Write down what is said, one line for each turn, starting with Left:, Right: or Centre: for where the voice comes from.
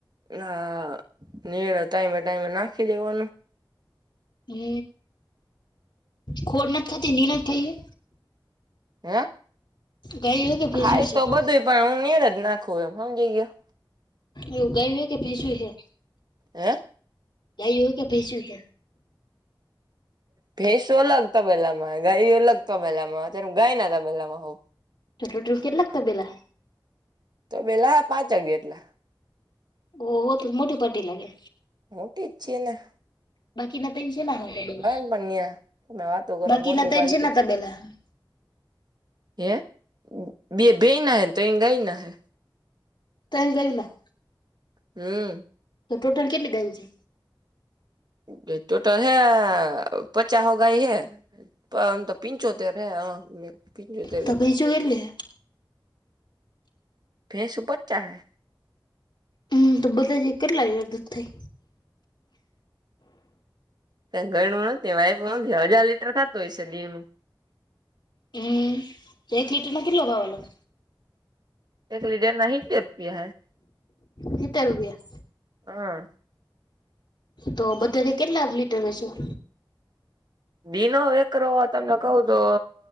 Right: હા, નીરે ટાઈમે ટાઈમે નાખી દેવાનું.
Left: હે ખોડ નથ થતી નીડર થઈ યે.
Right: હે,
Left: ગાયું હે કે ભેજું
Right: ખાય
Left: છે
Right: તો બધું પણ, હું નીરજ ના. ખોયા હમજી ગયા.
Left: એવું ગાય વિયાય કે ભેંસુ હૈ,
Right: હે
Left: ગાય હો કે ભેંસુ હે.
Right: ભેંસો અલગ તબેલામાં, ગાય અલગ તબેલામાં. જ્યાં ગાયના તબેલામાં હઉ.
Left: તો ટોટલ કેટલાક તબેલા
Right: તો પેલા પાંચ વાગે એટલે.
Left: ઓહ હો તો તો મોટી પાર્ટી લાગે.
Right: મોટી જ છેએ ના.
Left: બાકીના ટેન્શન ના હોય તબેલ,
Right: ને પણ ત્યાં તમે વાતો કરો
Left: બાકીના
Right: મોટી
Left: ત્રણ
Right: પાલટી
Left: શેના તબેલા. <inaudible>
Right: હે, બે બઈના ના હે ત્રણ ગાયના હે.
Left: ત્રણ ગાય ના?
Right: હમ્મ.
Left: તો ટોટલ કેટલી ગાયો છે?
Right: તે ટોટલ હૈ. પચાસ, હો ગાય હૈ. આમ તો પિંચોતેર હૈ હા. પિંચોતેર
Left: તો
Right: ગાય.
Left: ભેજું કેટલી છે
Right: ભેંસો પચા હે.
Left: હમ્મ, તો બધા જે કેટલાગ આદત થઈ?
Right: કઈ ઘર નું હોય તે હજાર લીટર થાતું હશે દિન નું.
Left: હમ્મ, એક લીટરનો કેટલો ભાવ આલા?
Right: <unintelligible>
Left: હીત્તેર રૂપિયા.
Right: હા
Left: તો બધેથી કેટલા લીટર વેસુ?
Right: <unintelligible> તમને કહું તો